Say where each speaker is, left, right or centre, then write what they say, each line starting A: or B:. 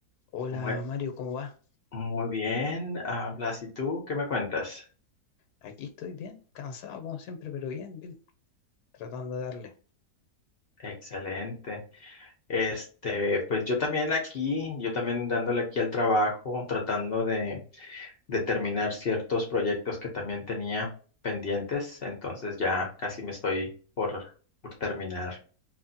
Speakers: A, on the left; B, on the left.
A: Hola
B: Muy,
A: Mario, ¿cómo va?
B: muy bien, ah, Blas, ¿y tú qué me cuentas?
A: Aquí estoy bien, cansado como siempre, pero bien, bien, tratando de darle.
B: Excelente. Este, pues yo también aquí, yo también dándole aquí al trabajo, tratando de, de terminar ciertos proyectos que también tenía pendientes, entonces ya casi me estoy por, por terminar.